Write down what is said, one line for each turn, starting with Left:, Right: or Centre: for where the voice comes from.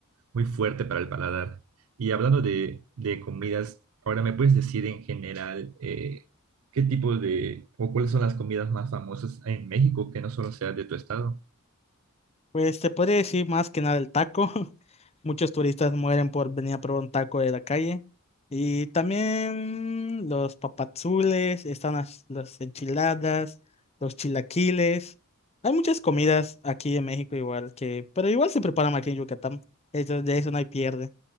Right: muy fuerte para el paladar. Y hablando de, de comidas, ahora me puedes decir en general eh, qué tipo de o cuáles son las comidas más famosas en México que no solo sea de tu estado.
Left: Pues te podría decir más que nada el taco. <laughs> Muchos turistas mueren por venir a probar un taco de la calle. Y también los papazules, están las, las enchiladas, los chilaquiles. Hay muchas comidas aquí en México igual que, pero igual se preparan aquí en Yucatán. Eso, de eso no hay pierde.